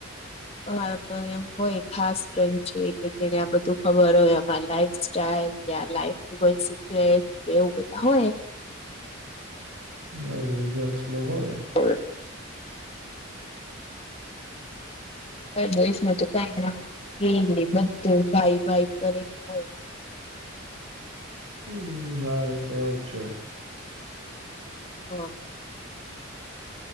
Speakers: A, on the left (about 30°); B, on the right (about 75°).
A: હા તો એમ હોય ખાસ ફ્રેન્ડ્સ છે કે જેને આ બધું ખબર હોય અમાર લાઈફ ક્યાં લાઈફ ની કોઈ સિક્રેટ કે એવું કઈ હોય
B: હા એ ગર્લ્સ માં હોય.
A: હોય. બોયઝ માં તો કઈ ના હોય ફ્રીલી બધું ભાઈ ભાઈ કરીને હોય.
B: હમમ હા એ તો એવુ જ છે.
A: હા.